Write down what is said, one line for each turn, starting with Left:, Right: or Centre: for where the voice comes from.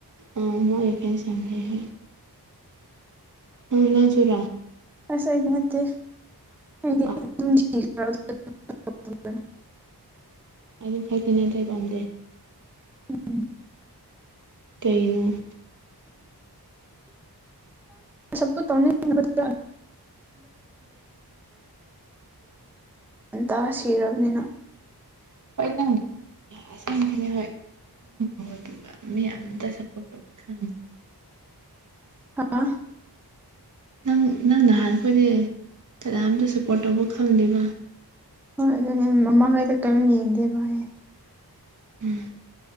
Right: ꯑ ꯃꯣꯏ ꯑꯦꯐꯦ ꯆꯝꯚꯥꯏ ꯍ ꯑ ꯅꯖꯨꯔꯥ
Centre: ꯍꯁ ꯍꯥꯏꯗ ꯅꯠꯇꯦ ꯑꯩꯗꯤ
Right: ꯍ
Centre: <unintelligible> ꯇꯣꯏ
Right: ꯑꯗꯨꯝ ꯈꯖ ꯅꯥꯇꯩ ꯄꯥꯝꯗꯦ
Centre: ꯎ
Right: ꯀꯩꯅꯣ
Centre: ꯁꯄꯣꯠ ꯇꯧꯅꯤꯡ ꯍꯟꯗꯛꯛꯇ ꯉꯟꯇꯥ ꯁꯤꯔꯕꯅꯤꯅ
Right: ꯄꯩꯅ ꯑꯁꯦꯡꯅꯦ ꯍꯣꯏ ꯑꯗꯨꯒ ꯃꯤ ꯑ ꯑꯃꯇ ꯁꯞꯄꯣꯔꯠ ꯇꯧꯕ ꯈꯪꯉꯦ
Centre: ꯍꯥꯥ
Right: ꯅꯪ ꯅꯪ ꯅꯍꯥꯟ ꯑꯩꯈꯣꯏꯗꯤ ꯀꯅꯥꯝꯇ ꯁꯄꯣꯔꯠ ꯇꯧꯕ ꯈꯪꯗꯦꯕ
Centre: ꯍꯣꯏ ꯑꯗꯨꯅꯦ ꯃꯃꯥꯡꯉꯩꯗ ꯀꯔꯤꯝ ꯌꯦꯡꯗꯦꯕꯚꯥꯏꯌꯦꯦ
Right: ꯎꯝ